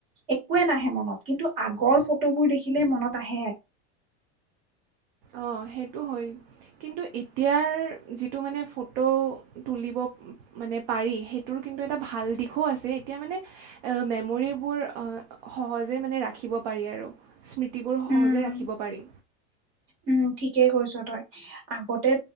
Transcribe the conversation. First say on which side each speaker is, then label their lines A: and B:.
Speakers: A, on the right; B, on the right.
A: একোৱে নাহে মনত কিন্তু আগৰ ফটোবোৰ দেখিলে মনত আহে
B: অ', সেইটো হয় কিন্তু এতিয়াৰ যিটো মানে ফটো তুলিব মানে পাৰি সেইটোৰ কিন্তু- - ভাল দিশো আছে এতিয়া মানে মেমোৰিবোৰ অ সজে মানে ৰাখিব পাৰি। <unintelligible> স্মৃতিবোৰ সহজে
A: উম
B: ৰাখিব পাৰি।
A: উম ঠিকেই কৈছ তই আগতে